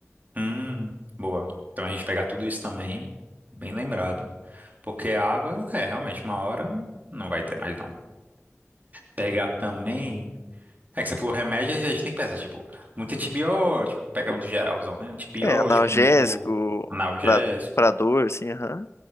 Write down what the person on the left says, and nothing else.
É, analgésico,
pra, pra dor, assim, aham.